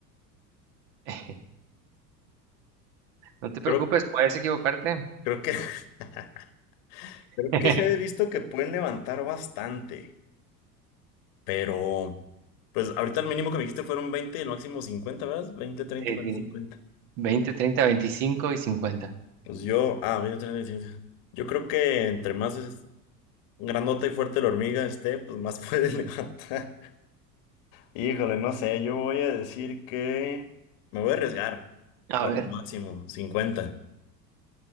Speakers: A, on the right; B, on the left.
A: <laughs> No te preocupes,
B: creo,
A: puedes equivocarte.
B: creo que, <laughs> creo
A: <laughs>
B: que se ha visto que pueden levantar bastante, pero pues ahorita el mínimo que me dijiste fueron 20 y el máximo 50, ¿verdad? 20, treinta,
A: Sí,
B: 40,
A: sí.
B: 50.
A: 20, 30, 25 y cincuenta.
B: Pues yo, ah, mira, treinta y tiene- yo creo que entre más es- grandota y fuerte la hormiga esté, pues más <laughs> puede levantar. Híjole, no sé, yo voy a decir que me voy a arriesgar
A: A
B: por
A: ver.
B: lo máximo, cincuenta